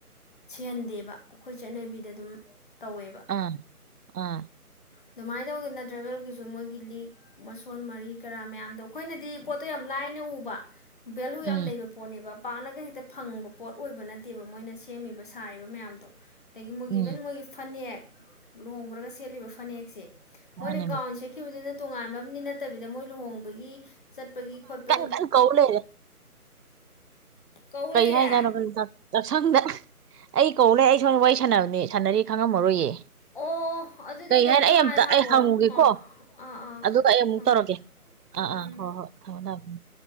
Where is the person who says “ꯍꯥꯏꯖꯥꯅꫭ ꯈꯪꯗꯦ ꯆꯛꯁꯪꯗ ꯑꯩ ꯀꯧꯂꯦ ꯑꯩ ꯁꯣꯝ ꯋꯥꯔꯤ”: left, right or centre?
Right